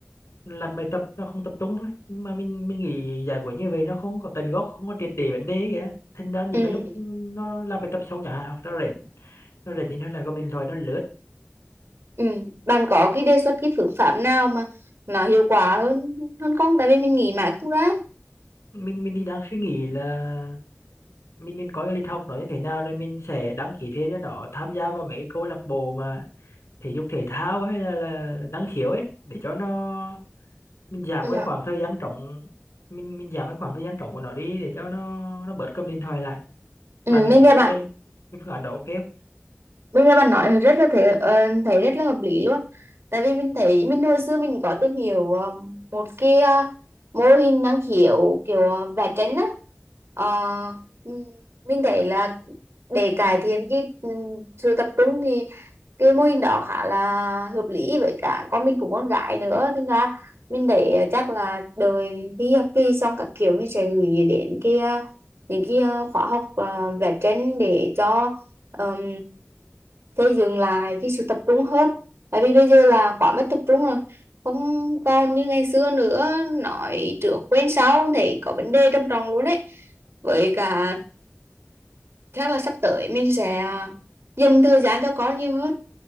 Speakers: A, on the left; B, on the right.
A: làm bài tập nó không tập trung thôi nhưng mà mình mình nghĩ giải quyết như vậy nó không có tận gốc không có triệt để vấn đề ấy kìa thành ra những
B: ừ
A: cái lúc nó làm bài tập xong chẳng hạn hoặc nó rảnh nó rảnh thì nó lại cầm điện thoại nó lướt
B: ừ bạn có cái đề xuất cái phương pháp nào mà nó hiệu quả hơn hơn không tại vì mình nghĩ mãi không ra
A: mình mình thì đang suy nghĩ là mình mình có cái lịch học nó như thế nào rồi mình sẽ đăng ký thêm cho nó tham gia vào mấy cái câu lạc bộ mà thể dục thể thao hay là là năng khiếu ấy để cho nó mình giảm
B: ừ,
A: cái khoảng thời gian trống mình mình giảm cái khoảng thời gian trống của nó đi để cho nó nó bớt cầm điện thoại lại
B: ừ
A: bạn nghĩ
B: mình nghe bạn
A: cái cái cái phương án đó ok không
B: Bây nghe bạn nói rất là thế, ờ, thấy rất là hợp lý luôn. Tại vì mình thấy mình hồi xưa mình có tìm hiểu ờ, một cái ờ, mô hình năng khiếu kiểu ờ, vẽ tranh á. Ờ, ừm, mình thấy là để cải thiện cái ừm, sự tập trung thì cái mô hình đó khá là hợp lý với cả con mình cũng con gái nữa thế ra mình để chắc là đời thi học kỳ xong các kiểu mình sẽ gửi đến cái ờ, những cái ờ, khóa học ờ, vẽ tranh để cho um, thế dừng lại cái sự tập trung hết tại vì bây giờ là quá mất tập trung rồi không còn như ngày xưa nữa nói trước quên sau thì có vấn đề trầm trọng luôn đấy với cả chắc là sắp tới mình sẽ dành thời gian cho con nhiều hơn